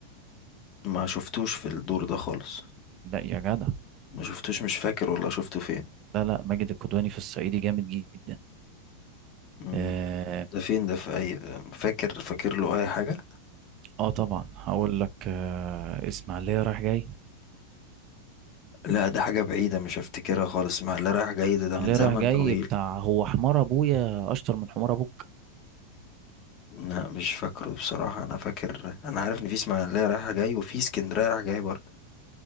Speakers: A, on the left; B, on the right.
A: ما شفتوش في الدور ده خالص
B: لا يا جدع
A: ما شفتوش مش فاكر والله شفته فين
B: لا لا ماجد القدواني في الصعيدي جامد جدا
A: مم.
B: آه,
A: ده فين ده في اي فاكر فاكر له اي حاجة
B: آه طبعا هقول لك آه إسماعيلية رايح جاي
A: لا ده حاجة بعيدة مش هفتكرها خالص مع اللي رايح جاي ده,
B: إسماعيلية
A: ده من زمن
B: رايح جاي
A: طويل
B: بتاع هو حمار أبويا أشطر من حمار أبوك
A: لا مش فاكره بصراحة أنا فاكر أنا عارف إن في إسماعيلية رايحة جاي وفي اسكندرية رايح جاي برضه